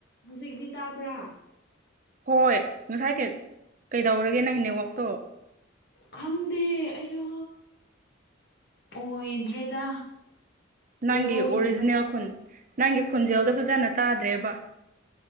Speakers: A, on the left; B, on the right.
A: ꯍꯧꯖꯤꯛꯇꯤ ꯇꯥꯕ꯭ꯔꯥ
B: ꯍꯣꯏ ꯉꯁꯥꯏ ꯀꯩ ꯀꯩꯗꯧꯔꯒꯦ ꯅꯪꯒꯤ ꯅꯦꯠꯋꯥꯛꯇꯣ
A: ꯈꯪꯗꯦ ꯑꯩꯌꯥ ꯑꯣꯏꯗ꯭ꯔꯦꯗ ꯑꯣꯏꯔꯣꯏꯗꯕꯗ
B: ꯅꯪꯒꯤ ꯑꯣꯔꯤꯖꯤꯅꯦꯜ ꯈꯨꯟ ꯅꯪꯒꯤ ꯈꯣꯟꯖꯦꯜꯗꯣ ꯐꯖꯅ ꯇꯥꯗ꯭ꯔꯦꯕ